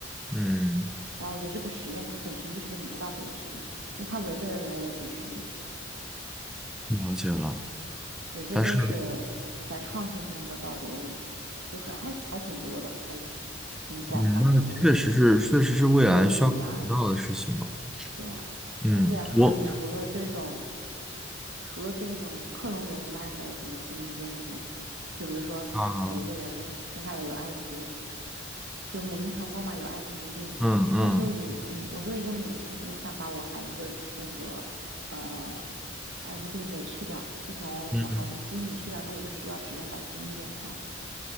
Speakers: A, in the centre; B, on the right (about 75°).
A: 嗯。
B: 然后我觉得这个实验它本身就是一个很不道德的实验，因为它违背了人类的主权意识。
A: 了解了，
B: 所以这就是
A: 但是，
B: 在创新中的道德问题，就还还还挺多的，还挺广泛的这个问题，
A: 嗯，那个确实是，确实是未来需要考虑到的事情哦。
B: 伦理呀，对啊，
A: 嗯，
B: 而且还除了这种，
A: 我
B: 除了这种克隆人以外，还有什么基因编辑？就比如说我一个人生下来有艾滋，
A: 啊，
B: 就母婴传播嘛，有艾滋疾病。
A: 嗯嗯
B: 但是我嗯，我作为一个母亲，我想把我孩子的那个呃艾滋病给去掉，就从我孩子基因里去掉，
A: 嗯，
B: 那我就需要使用到基因编程。